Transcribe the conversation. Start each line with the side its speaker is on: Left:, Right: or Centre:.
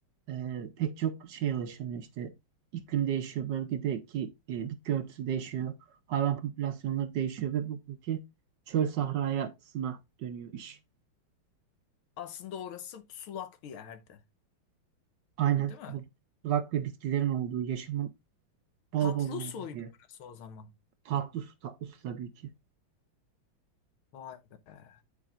Right: e, pek çok şeye ulaşılıyor işte iklim değişiyor, bölgedeki e, bitki örtüsü değişiyor, hayvan popülasyonları değişiyor ve bugünkü çöl sahrayasına dönüyor iş.
Left: Aslında orası sulak bir yerdi,
Right: Aynen
Left: değil mi?
Right: o bulak ve bitkilerin olduğu, yaşamın bol
Left: Tatlı
Right: bol olduğu
Left: suydu
Right: bir yer.
Left: orası o zaman.
Right: Tatlı su, tatlı su tabii ki.
Left: Vay be,